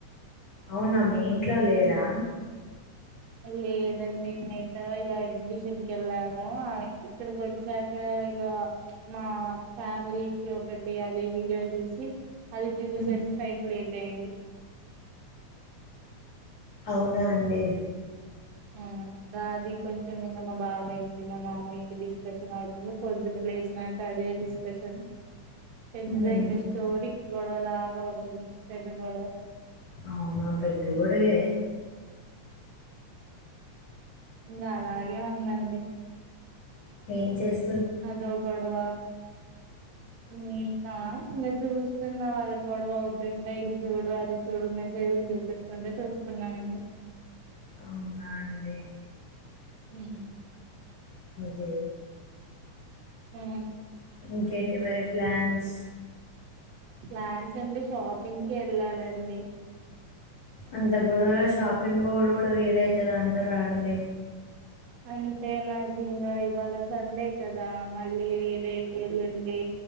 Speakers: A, on the left; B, on the right.
A: అవున మీ ఇంట్లో లేరా.
B: లేదండి నైట్ ఇలా ఎగ్జిబిషన్ కి వెళ్ళనా ఇక్కడికి వచ్చాక ఇక ప్చ్ మా ఫ్యామిలీ ఇష్యూ ఒకటి అది వీడియో చూసి. అది చూసేసరికి
A: ఉమ్,
B: టైం లేద్ తయాంది
A: అవున అండి.
B: ఆ అది కొంచెం ఇంకా మా బాబాయికి మా మామయ్యకి డిస్కషన్ అవుతుంది. పొద్దున లేసినాక అదే డిస్కషన్. పెద్దఇంక
A: ఉమ్,
B: స్టోరి. గొడవ లాగా అవుతుంది. పెద్ద గొడవ.
A: అవునా పెద్ద గొడివే.
B: ఇంగ అలాగే ఉందండి.
A: ఏం చెస్
B: అదో గొడవా. నేనా ఇంకా చూస్తున్నా వాళ్ళ గొడవ అవుతుంటే ఇది చూడు, అది చూడు మెసేజ్‌లు చూపిస్తుంటే చూస్తున్నామండి.
A: అవునా అండి.
B: హ్మ్
A: ఇస్.
B: హ్మ్
A: ఇంకేటి మరి ప్లాన్స్.
B: ప్లాన్స్ అంటే షాపింగ్కి వెళ్ళాలండి.
A: అంత గొడవలో షాపింగ్ బోర్డు కూడా వీలైతద అంటారా అండి.
B: అంటే నాకు ఇంగా ఇవాళ సండే కదా మళ్ళీ రేపు ఎల్లుండి